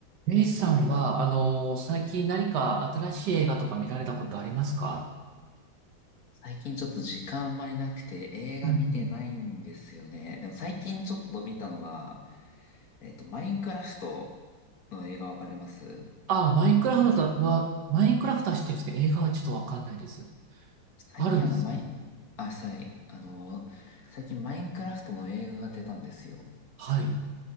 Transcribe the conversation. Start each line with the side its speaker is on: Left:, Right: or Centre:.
Right: レイさんは、あの最近何か新しい映画とか見られたことありますか
Left: 最近ちょっと時間あんまりなくて映画見てないんですよね。
Right: うんうん。
Left: でも最近ちょっと見たのが、えっと、マインクラフトの映画わかります
Right: あ、マインクラフトは、マインクラフトは知ってるんですけど、映画はちょっとわかんないです。
Left: 最近あの、
Right: あるんですね。
Left: マイン、あ、さい、あの、最近マインクラフトの映画が出たんですよ。
Right: はい。
Left: その、